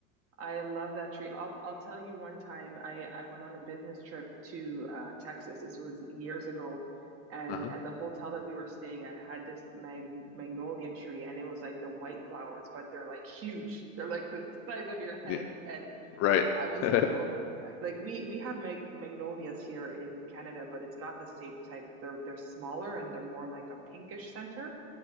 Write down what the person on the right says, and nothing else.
I love that tree. I'll I'll tell you one time I I went on a business trip to uh, Texas. This was years ago, and
and the hotel that we were staying at had this mag magnolia tree, and it was like the white flowers, but they're like huge. They're like the size of your head.
And
I was
like, oh my, like we we have mag magnolias here in Canada, but it's not the same type. They're they're smaller and they're more like a pinkish center.